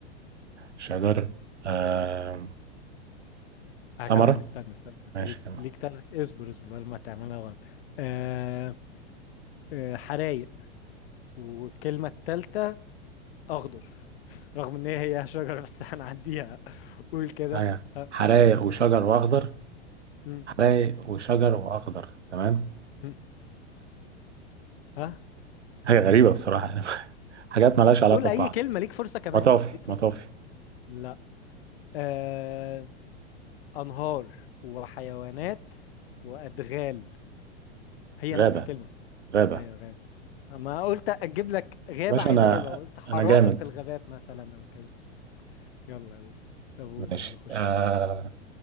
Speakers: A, on the right (about 85°); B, on the left (about 60°).
A: فشجر آه ثمرة
B: هكمل استنى استنى انت
A: ماشي
B: ليك
A: كمان
B: ليك تلات اصبر اصبر بدل ما تعملها غلط آه آه حرايق والكلمة التالتة أخضر <laughs> رغم إن هي هي شجرة بس هنعديها قول كده
A: حاجة
B: ها
A: حرايق وشجر واخضر
B: مم،
A: حرايق وشجر واخضر تمام
B: مم، ها
A: حاجة غريبة بصراحة يعني <laughs> حاجات مالهاش علاقة
B: قول أي
A: ببعض
B: كلمة ليك فرصة كمان
A: مطافي
B: ليك
A: مطافي
B: فرصة لا آه أنهار وحيوانات وأدغال هي
A: غابة
B: نفس الكلمة
A: غابة
B: أيوة غابة ما قلت أجيب لك غابة
A: باشا
B: عايز
A: أنا
B: أجيبها قلت حرائق
A: أنا جامد
B: الغابات مثلا أو كده يلا يلا طب قول
A: ماشي
B: يلا خش
A: آه